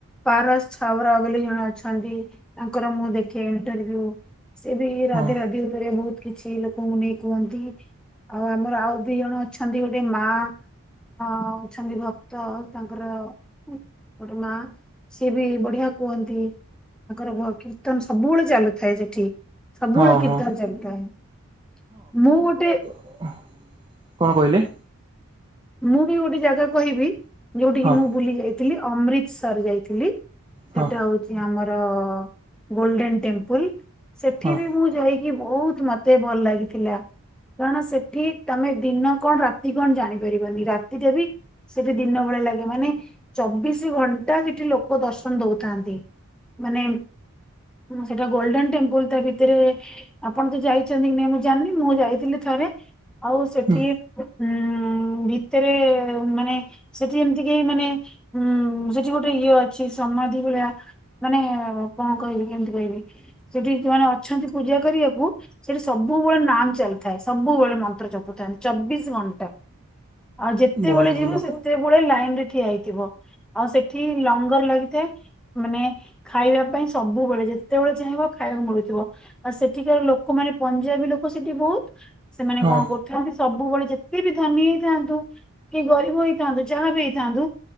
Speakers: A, in the centre; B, on the right.
A: ପାରସ ଛାବରା ବୋଲି ଜଣେ ଅଛନ୍ତି। ତାଙ୍କର ମୁଁ ଦେଖେ ଇଣ୍ଟରଭି୍ୟୁ ସି ବି ରାଧେ
B: ହଁ ହଁ
A: ରାଧି ଉପରେ ବହୁତ କିଛି ଲୋକଙ୍କୁ ନେଇ କୁହନ୍ତି ଆଉ ଆମର ଆଉ ଦି ଜଣ ଅଛନ୍ତି ଗୋଟେ ମା ଅ ଅଛନ୍ତି ଭକ୍ତ ତାଙ୍କର ଗୋଟେ ମା ସିଏ ବି ବଢିଆ କୁହନ୍ତି। ତାଙ୍କର କୀର୍ତ୍ତନ ସବୁବେଳେ ଚାଲୁଥାଏ ସେଠି ସବୁବେଳେ
B: ହଁ
A: କୀର୍ତ୍ତନ
B: ହଁ ହଁ
A: ଚାଲିଥାଏ ମୁଁ ଗୋଟେ
B: କଣ କହିଲେ?
A: ମୁଁ ବି ଗୋଟେ ଜାଗା କହିବି ଯୋଉଠ କିି
B: ହଁ
A: ମୁଁ ବୁଲି ଯାଇଥିଲି ଅମୃତସର ଯାଇଥିଲି।
B: ହଁ
A: ସେଟା ହଉଛି ଆମର ଗୋଲଡେନ ଟେମ୍ପଲ ସେଠି
B: ହଁ
A: ବି ମୁଁ ଯାଇକି ବହୁତ ମତେ ଭଲ ଲାଗିଥିଲା। କାରଣ ସେଠି ତମେ ଦିନ କଣ ରାତି କଣ ଜାଣିପାରିବନି ରାତିରେ ବି ସେଠି ଦିନ ଭଳିଆ ଲାଗେ ମାନେ ଚବିଶି ଘଣ୍ଟା ସେଠି ଲୋକ ଦର୍ଶନ ଦଉଥାନ୍ତି। ମାନେ ସେଟା ଗୋଲଡେନ ଟେମ୍ପୁଲ ତା ଭିତରେ ଆପଣ ତ ଯାଇଛନ୍ତି କି ନାଇଁ ମୁଁ ଜାଣିନି ମୁଁ ଯାଇଥିଲି ଥରେ ଆଉ ସେଠି
B: ହୁଁ
A: ଉ ଭିତରେ ମାନେ ସେଠି ଏମିତିକ ମାନେ ଉଁ ସେଠି ଗୋଟେ ଇଏ ଅଛି ସମାଧି ଭଳିଆ ମାନେ କଣ କହିବି କେମିତି କହିବି ସେଠି ଯୋଉମାନେ ଅଛନ୍ତି ପୂଜା କରିବାକୁ। ସେଠି ସବୁବେଳେ ନାମ ଚାଲିଥାଏ ସବୁବେଳେ ମନ୍ତ୍ର ଚପୁଥାନ୍ତି ଚବିଶ ଘଣ୍ଟା। ଆଉ ଯେତେବେଳେ
B: ବହୁତ
A: ଯିବ
B: ଭଲ
A: ସେତେବେଳେ ଲାଇନ ରେ ଠିଆ ହେଇଥିବ। ଆଉ ସେଠି ଲଙ୍ଗର ଲାଗିଥାଏ ମାନେ ଖାଇବା ପାଇଁ ସବୁବେଳେ ଯେତେବେଳେ ଚାହିଁବ ଖାଇବାକୁ ମିଳୁଥିବ। ଆଉ ସେଠିକାର ଲୋକମାନୋନେ ପଞ୍ଜାବୀ ଲୋକ ସେଠି ବହୁତ ସେମାନେ
B: ହଁ
A: କଣ କରୁଥାନ୍ତି ସବୁବେଳେ ଯେତେ ବି ଧନୀ ହେଇଥାନ୍ତୁ କି ଗରିବ ହେଇଥାନ୍ତୁ ଯାହା ବି ହେଇଥାନ୍ତୁ